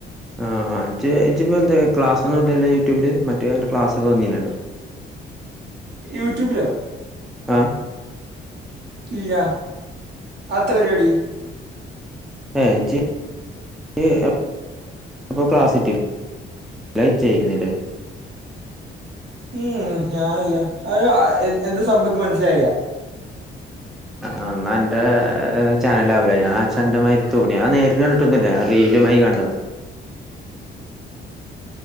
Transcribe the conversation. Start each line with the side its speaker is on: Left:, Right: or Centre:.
Centre: ആ ജ് ജ്ജിപ്പ എന്തെ ക്ലാസൊന്നും ഇടല്ലെ യൂട്യൂബില് മറ്റേ ന്റെ ക്ലാസൊക്കെ വന്നീനല്ലോ
Right: യൂട്യൂബിലോ
Centre: ആഹ്
Right: ഇല്ല അത്ത പരിപാടി
Centre: എ ജ് യ്‌ എ അപ്പോൾ ക്ലാസ്ട്ടിയോ ലൈക്ക് ചെയ്യുന്നില്ലെ
Right: ഉം ഞാനല്ല അത് അ എന്താ സംഭക്ക് മനസ്സിലായില്ല
Centre: ആ എന്നാ ന്റെ ചാനലാവൂല ഞാൻ ച്ഛന്റെ മാരി തോന്നി ഞാൻ നേരിട്ട് കണ്ടിട്ടൊന്നുല്ല ഞാ റീലുമായി കണ്ടതാ